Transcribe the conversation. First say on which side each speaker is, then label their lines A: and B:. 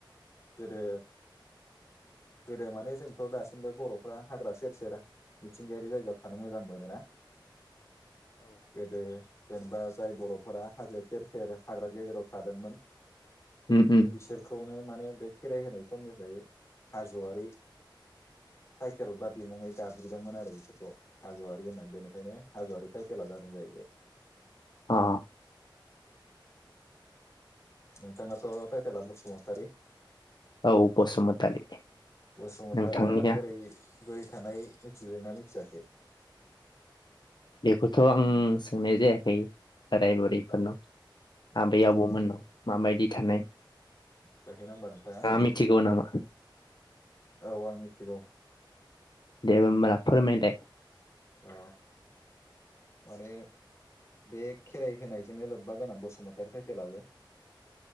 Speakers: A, on the left (about 35°); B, on the left (about 60°).
A: गोदो गोदो माने जोंथ' दासिमबो बर'फ्रा हाग्रा सेर सेर मिथिंगायारि जायगायाव थानो मोजां मोनोना गोदो जेनेबा जाय बर'फोरा हाजो सेर सेर हाग्रा गेजेराव थादोंमोन
B: उम उम
A: बिसोरखौनो माने बे खेराइ होनाय समनिफ्राय हाज'वारि टाइटेल बा बिमुङै गाबज्रिदोंमोन आरो । हाज'वारि होननानै बेनिफायनो हाज'वारि टाइटेला जादों जाहैबाय
B: आ।
A: नोंथांनाथ' टाइटेलआ बसुमतारि ।
B: औ बसुमतारी
A: बसुमतारिया
B: नोंथांनिया
A: बोरै बोरै थानाय मिथिदोंना मिथियाखै?
B: बेखौथ' आं सोंनाय जायाखै बोराय बुरैफोरनाव ।
A: औ
B: आबै आबौमोननाव माबायदि थानाय
A: मोनथियाखै ना ओमबा नोंथाङा
B: मिथिगौ नामा
A: औ आं मिथिगौ
B: दे ओमबा फोरमायलाय
A: औ माने बे खेराइ होनायजोंनो लोब्बा गोनां बसुमतारी टाइटेलाबो ।